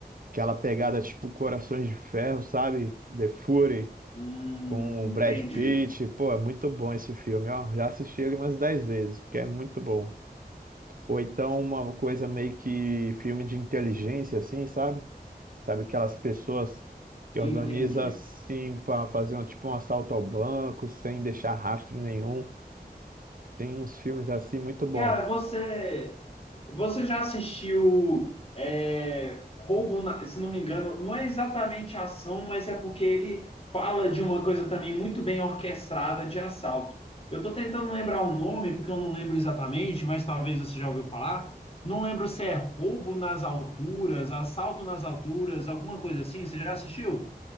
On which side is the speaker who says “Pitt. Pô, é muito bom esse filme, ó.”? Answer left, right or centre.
Right